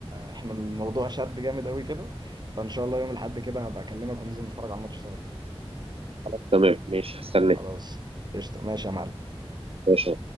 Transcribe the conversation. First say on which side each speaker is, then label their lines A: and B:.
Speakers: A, on the right; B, on the right.
A: احنا الموضوع شد جامد قوي كده فان شاء الله يوم الاحد كده هبقى اكلمك وننزل نتفرج على الماتش سوا
B: خلاص تمام ماشي هستناك
A: خلاص قشطه ماشي يا معلم
B: ماشي